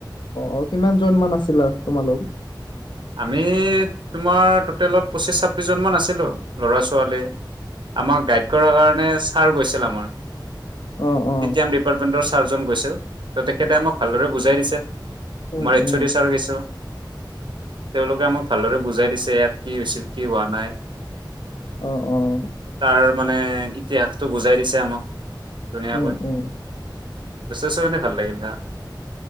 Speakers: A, on the left; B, on the right.
A: অ কিমান জন মান আছিলা তোমালোক?
B: আমি তোমাৰ টটেলত পঁচিছ ছাব্বিছজনমান আছিলোঁ ল'ৰা ছোৱালী। আমাক গাইড কৰাৰ কাৰণে ছাৰ গৈছিল আমাৰ তেতিয়া
A: অ অ
B: ডিপাৰ্টমেণ্টৰ ছাৰজন গৈছিল, ত' তেখেতে আমাক ভালদৰে বুজাই দিছে
A: উম
B: আমাৰ এইচ
A: উম
B: অ' ডি ছাৰো গৈছিল। তেওঁলোকে আমাক ভালদৰে বুজাই দিছে ইয়াত কি হৈছিল কি হোৱা নাই।
A: অঁ অঁ।
B: তাৰ মানে ইতিহাসটো বুজাই দিছে আমাক ধুনীয়াকৈ।
A: উম উম
B: যথেষ্ট খিনি ভাল লাগিল তাত,